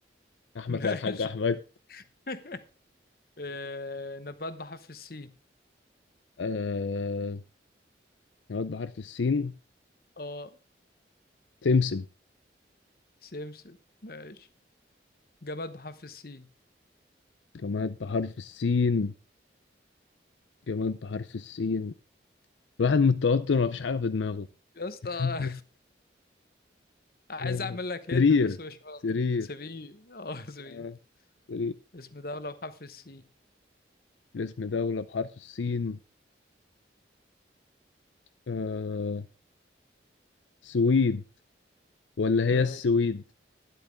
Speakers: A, on the left; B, on the left.
A: احمد
B: <laughs> ماشي
A: زي الحاج احمد
B: <laughs> آه، نبات بحرف السين
A: آه نقعد بحرف السين
B: اه
A: تمسم
B: سمسم ماشي جماد بحرف السين
A: جماد بحرف السين جماد بحرف السين الواحد من التوتر مفيش حاجة في دماغه
B: يا اسطى
A: <laughs>
B: <laughs> عايز
A: آه،
B: اعمل لك
A: سرير
B: هيلب بس مش راضي.
A: سرير
B: سبي اه سبي
A: آه، سرير
B: اسم دولة بحرف السين
A: اسم دولة بحرف السين آه سويد ولا هي
B: ماشي
A: السويد